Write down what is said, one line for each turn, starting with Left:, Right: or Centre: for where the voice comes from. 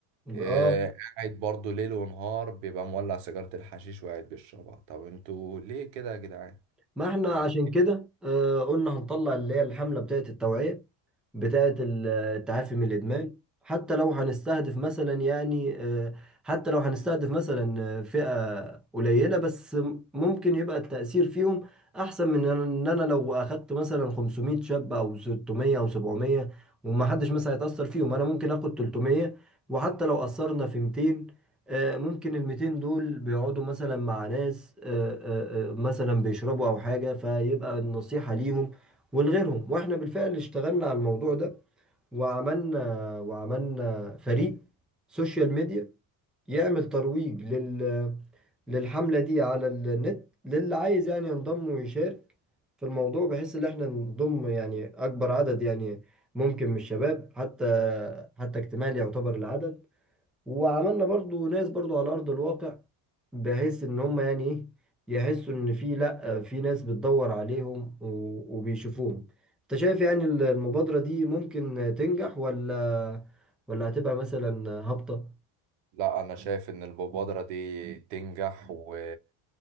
Right: إيه،
Centre: اه
Right: قاعد برضه ليل ونهار بيبقى مولع سيجارة الحشيش وقاعد بيشربها طب انتوا ليه كده يا جدعان؟
Centre: ما احنا
Right: يعني
Centre: عشان كده آه قلنا هنطلع اللي هي الحملة بتاعت التوعية بتاعة ال- التعافي من الإدمان حتى لو هنستهدف مثلا يعني آه، حتى لو هنستهدف مثلا آه، فئة قليلة بس ممكن يبقى التأثير فيهم أحسن من إن أنا إن أنا لو أخدت مثلا 500 شاب أو 600 أو 700 وما حدش مثلا يتأثر فيهم أنا ممكن آخد 300 وحتى لو أثرنا في 200 آه، ممكن ال 200 دول بيقعدوا مثلا مع ناس آه، آه، آه، مثلا بيشربوا أو حاجة فيبقى النصيحة ليهم ولغيرهم واحنا بالفعل اشتغلنا على الموضوع ده وعملنا وعملنا فريق سوشيال ميديا يعمل ترويج لل للحملة دي على النت للي عايز يعني ينضم ويشارك في الموضوع بحيث ان احنا نضم يعني اكبر عدد يعني ممكن من الشباب حتى حتى اكتمال يعتبر العدد وعملنا برضو ناس برضو على ارض الواقع بحيث ان هم يعني ايه يحسوا ان في لا في ناس بتدور عليهم و- وبيشوفوهم انت شايف يعني ال- المبادرة دي ممكن تنجح ولا ولا هتبقى مثلا هابطة
Right: لا انا شايف ان المبادرة دي تنجح و...